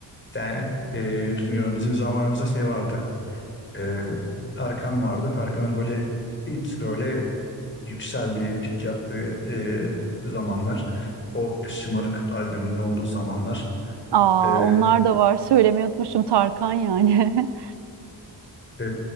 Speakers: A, on the left; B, on the right.
A: Yani, e, bilmiyorum bizim zamanımızda şey vardı. E, Tarkan vardı. Tarkan'ın böyle ilk böyle yükseldiği, pik yaptığı e, zamanlar. O Şımarık albümünün olduğu zamanlar.
B: Aa,
A: E,
B: onlar da var. Söylemeyi unutmuşum Tarkan yani. <laughs>
A: e,